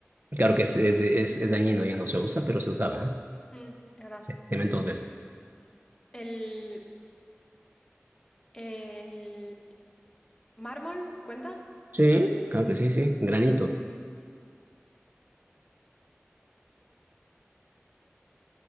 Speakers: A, on the right; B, on the left.
A: Claro que es, es, es, es dañino, ya no se usa, pero se usaba, ¿eh?
B: Mm, es verdad.
A: Sí, Cemento asbesto.
B: El, el mármol, ¿cuenta?
A: Sí, claro que sí, sí. Granito.